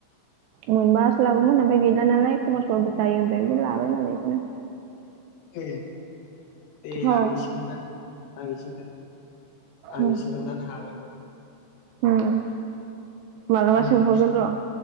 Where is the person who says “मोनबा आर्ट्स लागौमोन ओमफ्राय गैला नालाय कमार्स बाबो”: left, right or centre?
Right